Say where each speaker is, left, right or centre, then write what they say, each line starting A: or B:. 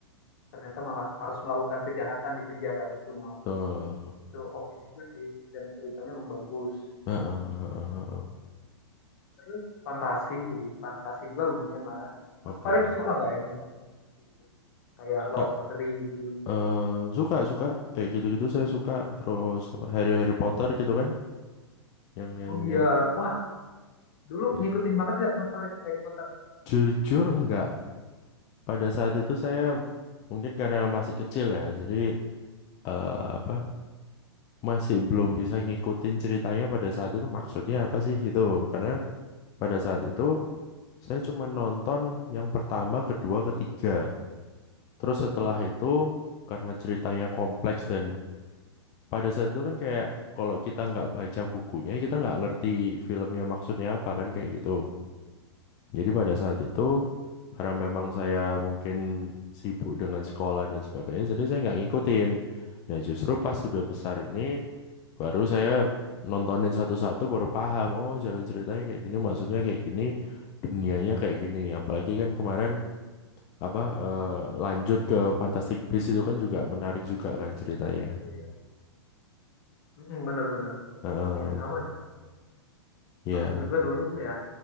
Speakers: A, on the left (about 45°); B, on the left (about 25°).
A: ternyata malah harus melakukan kejahatan di penjara itu malah
B: Betul.
A: itu oke juga sih dan ceritanya memang bagus
B: Heeh, heeh, heeh.
A: terus fantasi sih fantasi juga lumayan lah
B: Oke,
A: Mas Farid suka nggak yang berbunyi gitu? kayak
B: suka
A: Lord of the Ring
B: eh suka suka kayak gitu-gitu saya suka terus apa, Harry Harry Potter gitu kan yang yang
A: oh iya
B: yang
A: wah dulu
B: yang-
A: ngikutin banget nggak Mas Farid Harry Potter
B: jujur enggak pada saat itu saya
A: Mm-mm.
B: mungkin karena masih kecil ya jadi eh, apa masih belum bisa ngikutin ceritanya pada saat itu maksudnya apa sih gitu karena pada saat itu saya cuma nonton yang pertama kedua ketiga terus setelah itu karena ceritanya kompleks dan pada saat itu kan kayak kalau kita nggak baca bukunya kita nggak ngerti filmnya maksudnya apa kan kayak gitu jadi pada saat itu karena memang saya mungkin sibuk dengan sekolah dan sebagainya jadi saya nggak ngikutin nah justru pas sudah besar ini baru saya nontonin satu-satu baru paham oh jalan ceritanya kayak gini maksudnya kayak gini dunianya kayak gini apalagi kan kemarin apa eh, lanjut ke Fantastic Beasts itu kan juga menarik juga kan ceritanya
A: Oh iya, Mm-mm, bener-bener.
B: Heeh,
A: Iya sama sih.
B: ya
A: Aku juga dulu ya